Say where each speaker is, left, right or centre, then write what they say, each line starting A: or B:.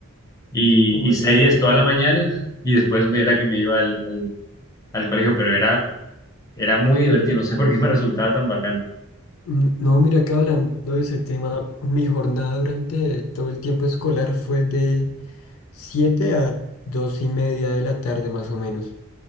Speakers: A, on the left; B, on the left.
A: y,
B: Uy,
A: y series
B: sí.
A: toda la mañana y después me- era que me iba al, al, al colegio, pero era, era muy divertido, no sé por qué me resultaba tan bacano.
B: N- No, mira que hablando de ese tema, mi jornada durante todo el tiempo escolar fue de 7 a 2 y media de la tarde más o menos.